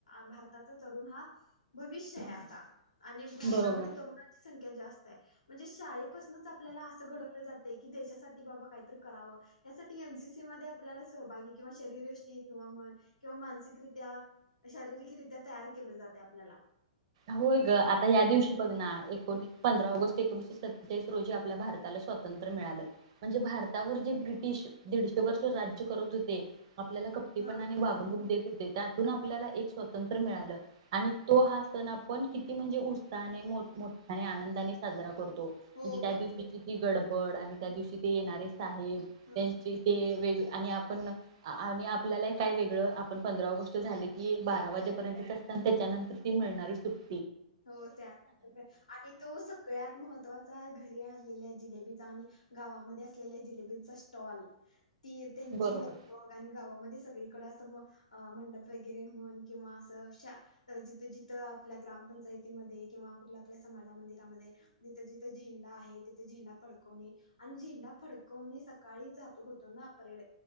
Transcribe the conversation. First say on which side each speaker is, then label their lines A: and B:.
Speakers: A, on the left; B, on the right.
A: भारताचा तरुण हा भविष्य आहे आता. आणि भारतामध्ये
B: बरोबर
A: तरुणांची संख्या जास्त- म्हणजे शाळेपासूनच आपल्याला अस घडवलं जातय की देशासाठी बाबा काहीतरी करावं, त्यासाठी- एनसीसी मध्ये आपल्याला सहभागी किंवा शरीरयष्टी किंवा म्हण किंवा मानसिकरित्या, शारीरिकरित्या तयार केलं जातय आपल्याला.
B: होय गं आता या दिवशी बघ ना एक कोणी - पंधरा ऑगस्ट एकोणीशे सत्तेचाळीस रोजी आपल्या भारताला स्वातंत्र्य मिळालं म्हणजे भारतावर जे ब्रिटिश दिडशे वर्ष राज्य करत होते, आपल्याला कपटीपणाने
A: हा
B: वागणूक देत होते, त्यातून आपल्याला एक स्वतंत्र मिळालं. आणि तो हा सण आप्- पण किती म्हणजे उत्साहाने मोठ मोठ्या आनंदाने साजरा करतो.
A: हो
B: म्हणजे त्या
A: बघ
B: दिवशी गड्- बड आणि त्या दिवशी- ते येणारे साहेब
A: हा
B: त्यांचे ते वेग आणि आपण आणि आप् - आपल्याला काय वेगळं आपण पंधरा ऑगस्ट झाले की, बारा वाजेपर्यंतच असतं त्याच्यानंतर ती मिळणारी सुट्-
A: हो त्या आणि तो सगळ्यात महत्वाचा घरी आ्- णलेल्या जिलेबीचा आणि गावामध्ये असलेल्या जिलेबीचा स्टॉल. ती त्यांची
B: बरोबर
A: लगभग आणि गावामध्ये सगळीकडं अस मंडप वगैरे म्हण किंवा शा् जिथं जिथं आपल्या ग्राम्- पंचायतीमध्ये किंवा कुठल्या आपल्या समाज मंदिरामध्ये जिथं जिथं झेंडा आहे, तिथे झेंडा फडकवणे आणि झेंडा फडकवणे सकाळी जातो होत ना परेड-